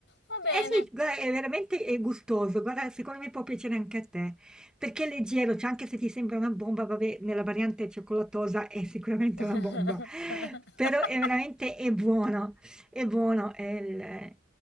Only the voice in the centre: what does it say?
Eh sì, guarda, è veramente eh, gustoso, guarda, secondo me può piacere anche a te, perché è leggero, cioè anche se ti sembra una bomba, vabbè, nella variante cioccolatosa è sicuramente
una bomba, però è veramente è buono, è buono, è il-